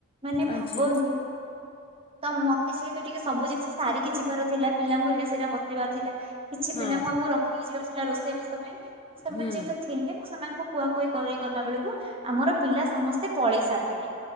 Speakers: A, on the right; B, on the left.
A: ମାନେ
B: ଆଚ୍ଛା
A: ଭାବନ୍ତୁ ତ ମତେ ସେହେତୁ ଟିକେ ସବୁ ଜିନିଷ ସାରିକି ଯିବାର ଥିଲା ପିଲାଙ୍କୁ ଏଇଟା ସେଇଟା ବତେଇବାର ଥିଲା। କିଛି
B: ହଁ
A: ପିଲାଙ୍କୁ ଆମକୁ ରଖି ଯିବାର ଥିଲା ରୋଷେଇବାସ ପାଇଁ ତ ସେମାନେ
B: ହୁଁ
A: ଯେହେତୁ ଥିଲେ ମୁଁ ସେମାନଙ୍କୁ କୁହାକୁହି କରେଇ ଗଲା ବେଳକୁ ଆମର ପିଲା ସମସ୍ତେ ପଳେଇ ସାରିଲେଣି।